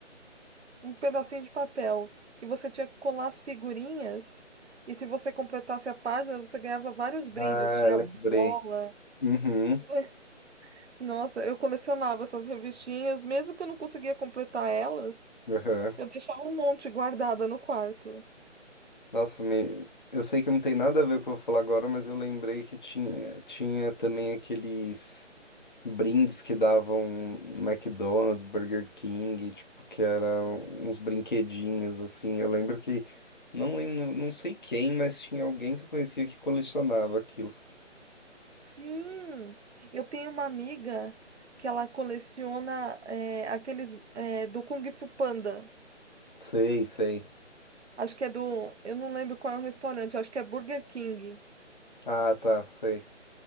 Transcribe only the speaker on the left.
Ah,
lembrei.
Uhum,
uhum.
Nossa, me... eu sei que não tem nada a ver com o que eu vou falar agora, mas eu lembrei que tinha, tinha também aqueles brindes que davam no McDonald's, Burger King, tipo, que eram uns brinquedinhos, assim. Eu lembro que, não lembro, não sei quem, mas tinha alguém que eu conhecia que colecionava aquilo.
Sei, sei.
Ah, tá, sei.